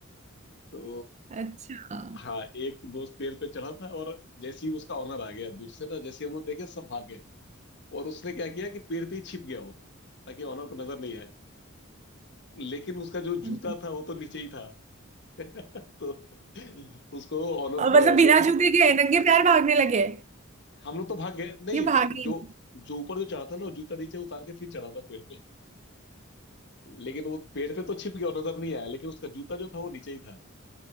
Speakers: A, on the left; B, on the right.
A: तो
B: अच्छा
A: हाँ एक दोस्त पेड़ पे चढ़ा था और जैसे ही उसका ऑनर आ गया दूर से ना जैसे ही हम लोग देखे सब भाग गए और उसने क्या किया कि पेड़ पे ही छिप गया वो ताकि ऑनर को नजर नहीं आए लेकिन उसका जो
B: हम्म।
A: जूता था वो तो नीचे ही था <laughs> तो उसको ऑनर
B: और
A: प-
B: मतलब बिना
A: देख ले
B: जूते के नंगे पैर भागने लगे
A: हम लोग तो भाग गए नहीं
B: ये भागे
A: जो
B: ही
A: जो ऊपर जो चढ़ा था ना वो जूता नीचे उतार के फिर चढ़ा था पेड़ पे लेकिन वो पेड़ पे तो छिप गया और नजर नहीं आया लेकिन उसका जूता जो था वो नीचे ही था